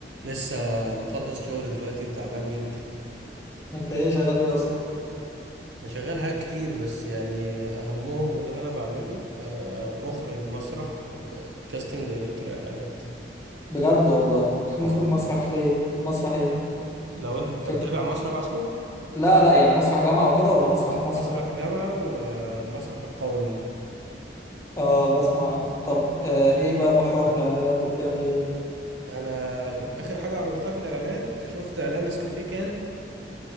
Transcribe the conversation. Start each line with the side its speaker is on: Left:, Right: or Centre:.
Right: لسه مخلص شغل دلوقتي وتعبان جدا
Left: انت ايه شغال ايه اصلا
Right: انا شغال حاجات كتير بس يعني اهمهم وده اللي انا بعمله آه، مخرج مسرح وكاستنج دايركتور اعلانات
Left: بجد والله <laughs>
Right: اه
Left: مخرج
Right: والله
Left: مسرح في ايه مسرح ايه
Right: لو انت
Left: في...
Right: متابع مسرح اصلا
Left: لا لا يعني مسرح جامعة وكده ولا مسرح مسرح
Right: مسرح جامعة ومسرح القومي
Left: اه بسمع عن طب آه ايه بقى محور الاعلانات ده بتعمل ايه
Right: انا كنت اخر حاجة عملتها في الاعلانات شفت اعلان نسكافيه كان